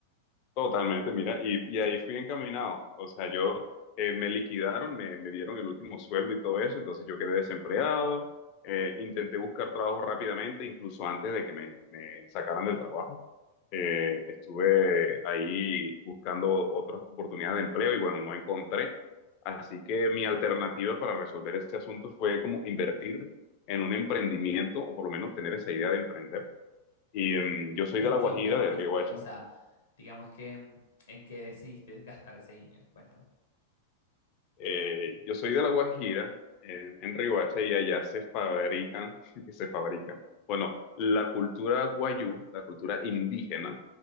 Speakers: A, on the left; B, on the left.
A: Totalmente, mira, y, y ahí fui encaminado. O sea, yo eh, me liquidaron, me, me dieron el último sueldo y todo eso, entonces yo quedé desempleado. eh, intenté buscar trabajo rápidamente, incluso antes de que me, me sacaran del trabajo. Eh, estuve ahí buscando otras oportunidades de empleo y bueno, no encontré. Así que mi alternativa para resolver este asunto fue como invertir en un emprendimiento o por lo menos tener esa idea de emprender. Y em, yo soy
B: ¿Y
A: de
B: en
A: La
B: qué
A: Guajira,
B: invertiste?
A: de Riohacha
B: O sea, digamos que mm, en qué decidiste gastar ese dinero, cuenta.
A: Eh, yo soy de La Guajira, en, en Riohacha, y allá se fabrican, <laughs> que se fabrican. Bueno, la cultura guayú, la cultura indígena,